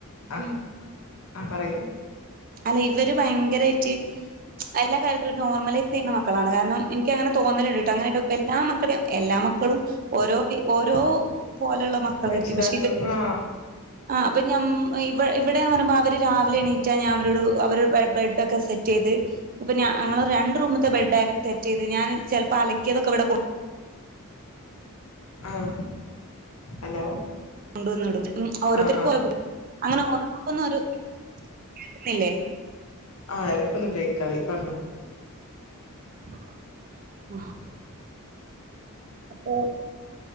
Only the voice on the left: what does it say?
അഹ്
ആഹ് പറയൂ
രക്ഷിതാക്കൾക്ക്
ആ
ആഹ് ഹലോ
ആ ആ
ആഹ് എടക്കൊന്ന് ബ്രേക്കായി പർണോ